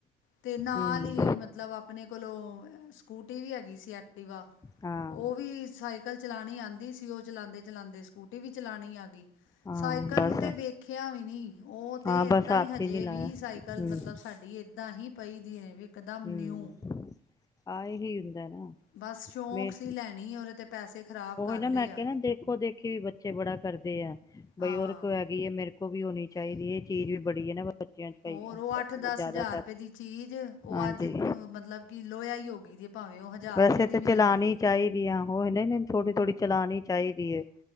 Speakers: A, on the left; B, on the left.
A: ਤੇ ਨਾਲ
B: ਹਮ
A: ਹੀ ਮਤਲਬ ਆਪਣੇ ਕੋਲੋਂ ਸਕੂਟੀ ਵੀ ਹੈਗੀ ਸੀ ਐਕਟੀਿਵਾ
B: ਹਾਂ
A: ਉਹ ਵੀ ਸਾਈਕ ਲ ਚਲਾਉਣੀ ਆਉਂਦੀ ਸੀ ਉਹ ਚਲਾਉਦੇ- ਚਲਾਉਂਦੇ ਸਕੂਟੀ ਵੀ ਚਲਾਉਣੀ ਆ ਗਈ।
B: ਹਾਂ
A: ਸਾਈਕਲ
B: ਬਸ
A: ਨੂੰ ਤੇ ਵੇਖਿਆ ਵੀ ਨੀ ਉਹ ਉਹ ਤੇ
B: ਹਾਂ
A: ਏਦਾਂ
B: ਬਸ ਹੱਥ
A: ਹੀ ਹਜੇ
B: ਨੀ ਲਾਇਆ
A: ਵੀ ਸਾਈਕਲ
B: ਹਮ
A: ਮਤਲਬ ਸਾਡੀ ਏਦਾਂ ਹੀ ਪਈ ਦੀ ਹੈ। ਇਕਦਮ
B: ਹਮ
A: ਨਿਊ।
B: ਆਹ ਇਹ ਸੀ। ਉਹੀ ਹੈਨਾ ਹਾਂ,
A: ਬਸ ਸ਼ੌਂਕ ਸੀ ਲੈਣੀ ਉਹਦੇ ਤੇ ਪੈਸੇ ਖ਼ਰਾਬ ਕਰ
B: ਨਾ
A: ਲਏ
B: ਮੈਂ
A: ਆ
B: ਕਿਹਾ ਨਾ ਦੇਖੋ ਦੇਖੀ ਵੀ ਬੱਚੇ ਬੜਾ ਕਰਦੇ ਆ ਬਈ
A: ਹਾਂ
B: ਉਹਰ ਕੋ ਹੈਗੀਈ ਹੈ ਮੇਰੇ ਵੀ ਹੋਣੀ ਚਾਹੀਦੀ ਹੈ ਇਹ ਚੀਜ਼ ਵੀ ਬੜੀ ਹੈ ਨਾ ਬੱਚਿਆਂ ਚ ਕਈ
A: ਹੋਰ ਉਹ ਅੱਠ -ਦਸ
B: ਜ਼ਿਆਦਾਤਰ
A: ਹਜ਼ਾਰ ਰੁਪਏ ਦੀ ਚੀਜ਼ ਉਹ
B: ਹਾਂਜੀ
A: ਅੱਜ ਮਤਲਬ ਕਿ ਲੋਇਿਆ ਹੀ, ਹੋ ਗਈ ਦੀ ਹੈ, ਭਾਵੇਂ ਉਹ ਹਜ਼ਾਰ
B: ਵੈਸੇ
A: ਰੁਪਏ ਦੀ
B: ਤਾਂ
A: ਵੀ
B: ਚਲਾਣੀ
A: ਨਾ ਜਾਵੇ
B: ਚਾਹੀਦੀ ਆ ਉਹ ਥੋੜੀ ਥੋੜੀ ਚਲਾਉਣੀ ਚਾਹੀਦੀ ਹੈ